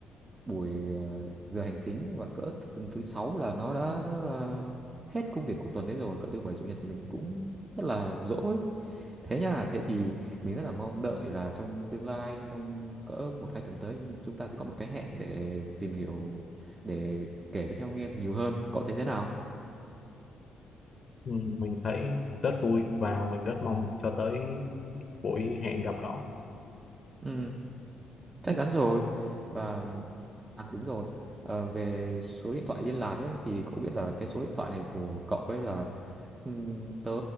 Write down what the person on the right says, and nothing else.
buổi ờ, giờ hành chính và cỡ thứ, thứ sáu là nó đã ờ, hết công việc của tuần đấy rồi cỡ thứ bảy chủ nhật thì mình cũng rất là rỗi thế nha thế thì mình rất là mong đợi là trong tương lai trong cỡ một hai tuần tới chúng ta sẽ có một cái hẹn để tìm hiểu để kể cho nhau nghe nhiều hơn cậu thấy thế nào
ừ chắc chắn rồi và à đúng rồi Ờ, về số điện thoại liên lạc ấy thì cậu biết là cái số điện thoại này của cậu ấy là ừm, tớ